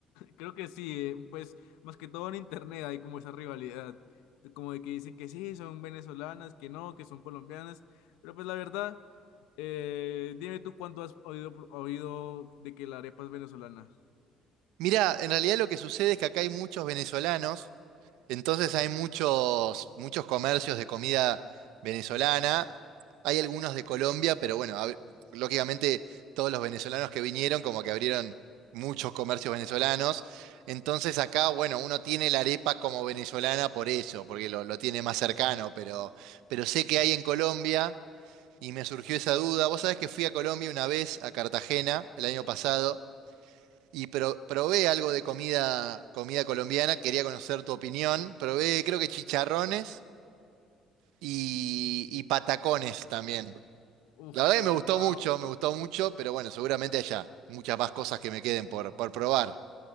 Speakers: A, on the left; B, on the right.
A: Creo que sí, eh, pues más que todo en internet hay como esa rivalidad, de- como de que dicen que sí, son venezolanas, que no, que son colombianas, pero pues la verdad, eh, dime tú cuándo has oído, pro- oído de que la arepa es venezolana.
B: Mira, en realidad lo que sucede es que acá hay muchos venezolanos, entonces hay muchos, muchos comercios de comida venezolana, hay algunos de Colombia, pero bueno, a ver, lógicamente todos los venezolanos que vinieron como que abrieron muchos comercios venezolanos, entonces acá, bueno, uno tiene la arepa como venezolana por eso, porque lo, lo tiene más cercano, pero, pero sé que hay en Colombia y me surgió esa duda. Vos sabés que fui a Colombia una vez, a Cartagena, el año pasado. Y pro- probé algo de comida, comida colombiana, quería conocer tu opinión. Probé, creo que chicharrones y, y patacones también.
A: Uf,
B: La verdad
A: la
B: que me
A: verdad,
B: gustó mucho, me gustó mucho, pero bueno, seguramente allá muchas más cosas que me queden por, por probar.